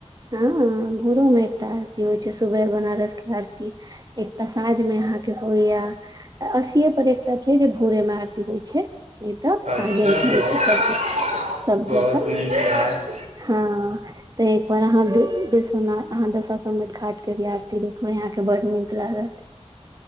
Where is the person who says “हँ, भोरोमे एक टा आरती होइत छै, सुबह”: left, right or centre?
Right